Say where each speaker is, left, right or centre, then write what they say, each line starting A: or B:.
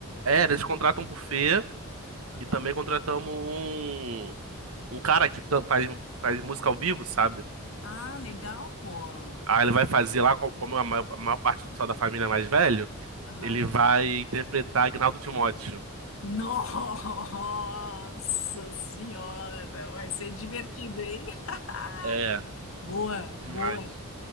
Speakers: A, on the right; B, on the left.
A: É, eles contratam um buffet
B: Aham.
A: e também contratamos um, um cara que tam- faz, faz música ao vivo, sabe?
B: Ah, legal, pô.
A: Aí ele vai fazer lá, co- como a maior, a maior parte do pessoal da família é mais velho,
B: Aham.
A: ele vai interpretar Agnaldo Timóteo.
B: Nossa senhora, vai ser divertido, hein? <laughs>
A: É.
B: Boa,
A: Demais.
B: boa.